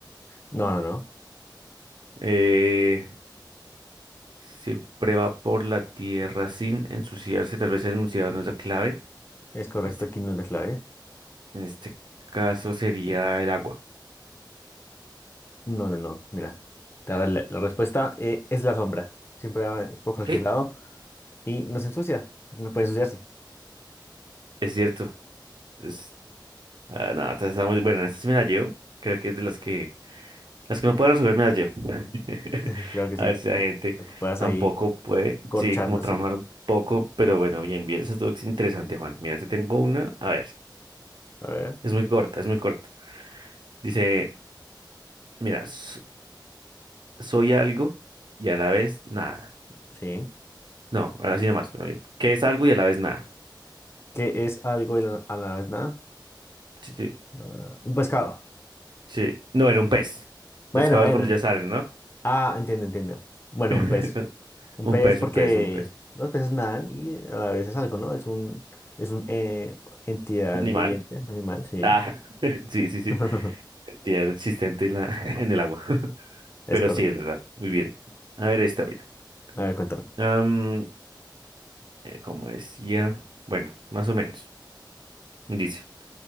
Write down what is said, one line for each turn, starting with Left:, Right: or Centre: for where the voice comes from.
Left: no, no, no.
Right: Eh, Siempre va por la tierra sin ensuciarse. Tal vez el enunciado no es la clave.
Left: Es correcto,
Right: Este,
Left: aquí no es la clave.
Right: en este caso sería el agua.
Left: No, no, no, mira. te voy a dar La, la respuesta eh, es la sombra. Siempre va por cualquier
Right: Sí,
Left: lado y no se ensucia. No puede ensuciarse.
Right: es cierto. Es, ah, no, esta está muy bueno. Esta sí me la llevo. Creo que es de las que las que no puedo resolver me las llevo. <laughs>
Left: <laughs> Claro que
Right: A
Left: sí.
Right: ver si la gente
Left: Para que puedas
Right: tampoco
Left: ahí
Right: puede,
Left: corcharlo,
Right: sí, como tramar
Left: sí.
Right: un poco, pero bueno, bien, bien. Eso es interesante, Juan. Mira, te tengo una. A ver,
Left: A ver,
Right: es muy corta, es muy corta. Dice, mira, s- soy algo y a la vez nada.
Left: sí.
Right: No, así nomás. a ver, ¿Qué es algo y a la vez nada?
Left: ¿Qué es algo y la- a la vez nada?
Right: Sí, sí,
Left: Ah, un pescado.
Right: sí. No, era un pez.
Left: Bueno,
Right: Pescado
Left: bueno.
Right: es cuando ya salen, ¿no?
Left: Ah, entiendo, entiendo. Bueno,
Right: <laughs>
Left: un pez. Un
Right: Un
Left: pez
Right: pez,
Left: porque
Right: un pez, un pez.
Left: los peces nadan y a la vez es algo, ¿no? Es un, es un eh, entidad
Right: Un animal.
Left: viviente, animal, sí.
Right: Ah, <laughs> sí, sí, sí.
Left: <laughs>
Right: Ya existente en la, <laughs> en el agua. <laughs>
Left: Es
Right: Pero
Left: correcto.
Right: sí, es verdad. Muy bien. A ver esta, mira.
Left: A ver, cuéntame.
Right: Am, eh, como decía, bueno, más o menos. Dice,